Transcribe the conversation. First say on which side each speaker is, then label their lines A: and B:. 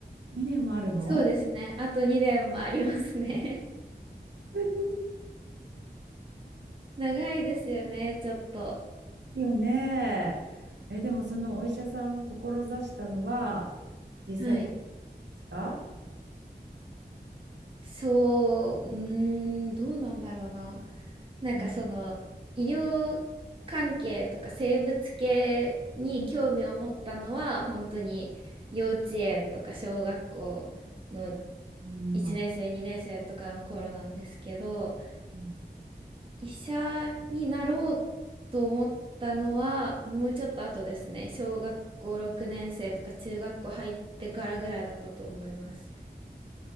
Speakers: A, on the right; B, on the right.
A: ?2 年もあるの
B: そうですね。あと2年もありますね。
A: すご
B: <laughs> 長いですよね、ちょっと。
A: いよね。え、でもそのお医者さんを志したのは小さい子
B: はい。
A: ですか
B: そう、うーん、どうなんだろうな。なんかその、
A: うん
B: 医療関係とか生物系に興味を持ったのは、
A: うん
B: 本当に幼稚園とか小学校の
A: うんあ、
B: 1年生、2年生とかの頃なんですけど、
A: うん
B: 医者になろうと思ったのはもうちょっと後ですね。小学校6年生とか中学校入ってからぐらいだったと思います。